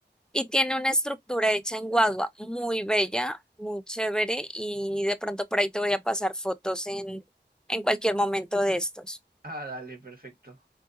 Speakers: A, in the centre; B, on the right.
A: Y tiene una estructura hecha en Guadua, muy bella, muy chévere, y de pronto por ahí te voy a pasar fotos en, en cualquier momento de estos.
B: Ah, dale, perfecto.